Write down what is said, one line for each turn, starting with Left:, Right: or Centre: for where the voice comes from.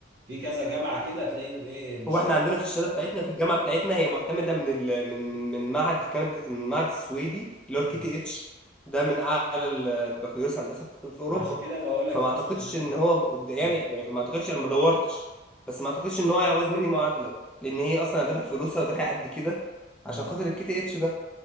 Right: في كذا جامعه كده تلاقيهم ايه مش
Centre: هو احنا عندنا في الشهاده بتاعتنا في الجامعه بتاعتنا هي معتمده من ال... من من من معهد الكندي من المعهد السويدي اللي هو
Right: <laughs>
Centre: الكي تي اتش ده من اعلى البكالوريوس هندسه في في اوروبا
Right: عشان كده بقول لك
Centre: فما
Right: خش
Centre: اعتقدش
Right: ممكن
Centre: ان هو قدامي
Right: مم.
Centre: يعني يعني ما اعتقدش انا ما دورتش بس ما اعتقدش ان هو هيعوز مني معادله لان هي اصلا انا دافع فلوسها ودافع قد كده
Right: مم.
Centre: عشان خاطر الكي تي اتش ده